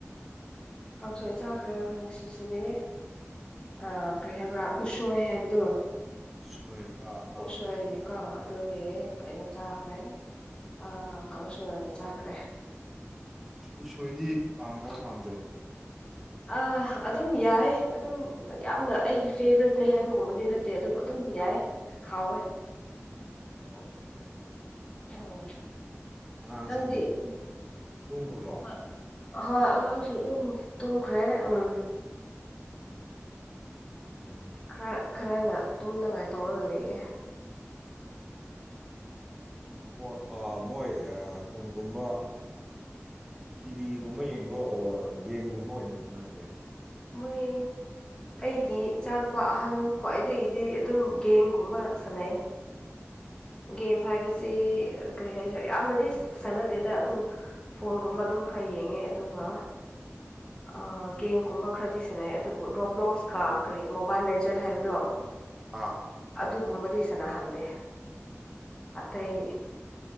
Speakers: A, on the left (about 20°); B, in the centre.
A: ꯀꯥꯡꯁꯣꯏ ꯆꯥꯈ꯭ꯔꯦ ꯑꯩꯈꯣꯏ ꯉꯁꯤꯁꯤꯗꯤ ꯑ ꯀꯔꯤ ꯍꯥꯏꯕ꯭ꯔꯥ ꯎꯁꯣꯏ ꯍꯥꯏꯕꯗꯣ
B: ꯎꯁꯣꯏ ꯑꯥ ꯑꯥ
A: ꯎꯁꯣꯏ ꯀꯥ ꯑꯗꯨꯒꯤ ꯀꯩꯅꯣ ꯆꯥꯈ꯭ꯔꯦ ꯑ ꯀꯥꯡꯁꯣꯏ ꯑꯣꯏꯅ ꯆꯥꯈ꯭ꯔꯦ
B: ꯎꯁꯣꯏꯗꯤ ꯄꯥꯝꯕꯣꯛ ꯄꯥꯝꯗꯦ
A: ꯑꯥ ꯑꯗꯨꯝ ꯌꯥꯏ ꯑꯗꯨꯝ ꯌꯥꯝꯅ ꯑꯩꯒꯤ ꯐꯦꯕꯔꯦꯠꯅꯦ ꯍꯥꯏꯕꯒꯨꯝꯕꯗꯤ ꯅꯠꯇꯦ ꯑꯗꯨꯕꯨ ꯑꯗꯨꯝ ꯌꯥꯏ ꯍꯥꯎꯋꯦ
B: ꯑꯣ <unintelligible>
A: ꯑꯣ
B: ꯑꯉꯥꯡꯁꯤꯡꯗꯤ
A: ꯅꯪꯗꯤ
B: ꯇꯨꯡꯈꯕꯣ
A: ꯍꯣꯏ ꯍꯣꯏ ꯑꯉꯥꯡꯁꯤꯡ ꯑꯗꯨꯝ ꯇꯨꯝꯈ꯭ꯔꯦ ꯎꯝ
B: ꯎꯝ
A: ꯈꯔ ꯈꯔꯅ ꯇꯨꯝꯅꯉꯥꯏ ꯇꯧꯔꯒ ꯂꯩꯌꯦ
B: ꯍꯣ ꯑꯥ.. ꯃꯣꯏ ꯐꯣꯟꯒꯨꯝꯕ ꯇꯤꯚꯤꯒꯨꯝꯕ ꯌꯦꯡꯕ꯭ꯔꯣ ꯑꯣꯔ ꯒꯦꯝꯒꯨꯝꯕ ꯑꯣꯏꯅ ꯁꯥꯟꯅꯒꯦ
A: <unintelligible> ꯑꯩꯒꯤ ꯏꯆꯥꯅꯨꯄꯥ ꯑꯍꯟ ꯈ꯭ꯋꯥꯏꯗꯒꯤꯗꯤ ꯑꯗꯨꯝ ꯒꯦꯝꯒꯨꯝꯕ ꯁꯥꯟꯅꯩꯌꯦ ꯒꯦꯝ ꯍꯥꯏꯕꯁꯤ ꯀꯔꯤ ꯍꯥꯏꯁꯤꯔꯥ ꯌꯥꯝꯅꯗꯤ ꯁꯥꯟꯅꯗꯦꯗ ꯑꯗꯨꯝ ꯐꯣꯟꯒꯨꯝꯕ ꯑꯗꯨꯝ ꯈꯔ ꯌꯦꯡꯉꯦ ꯑꯗꯨꯒ ꯑꯥ ꯒꯦꯝꯒꯨꯝꯕ ꯈꯔꯗꯤ ꯁꯥꯟꯅꯩ ꯑꯗꯨꯕꯨ ꯔꯣꯕ꯭ꯔꯣꯛꯀ ꯀꯔꯤ ꯃꯣꯕꯥꯏꯜ ꯂꯦꯖꯦꯟ ꯍꯥꯏꯕꯗꯣ
B: ꯑꯥ
A: ꯑꯗꯨꯒꯨꯝꯕꯗꯤ ꯁꯥꯟꯅꯍꯟꯗꯦ ꯑꯇꯩ